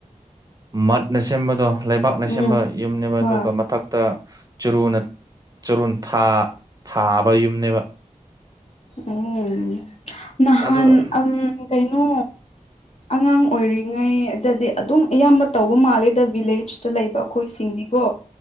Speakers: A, on the right; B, on the left.
A: ꯃꯠꯅ ꯁꯦꯝꯕꯗꯣ ꯂꯩꯕꯥꯛꯅ ꯁꯦꯝꯕ
B: ꯎꯝ
A: ꯌꯨꯝꯅꯦꯕ
B: ꯍꯣꯏ
A: ꯑꯗꯨꯒ ꯊꯛꯇ ꯆꯨꯔꯨꯅ ꯆꯔꯨ ꯊꯥ ꯊꯥꯕ ꯌꯨꯝꯅꯦꯕ
B: ꯎꯝ ꯅꯍꯥꯟ
A: ꯑꯗꯨꯗ
B: ꯑ ꯀꯩꯅꯩꯅꯣ ꯑꯉꯥꯡ ꯑꯣꯏꯔꯤꯉꯩ ꯑꯗꯗꯤ ꯑꯗꯨꯝ ꯑꯌꯥꯝꯕ ꯇꯧꯕ ꯃꯥꯜꯂꯦꯗ ꯚꯤꯂꯦꯖ ꯇ ꯂꯩꯕ ꯑꯩꯈꯣꯏꯁꯤꯡꯗꯤꯀꯣ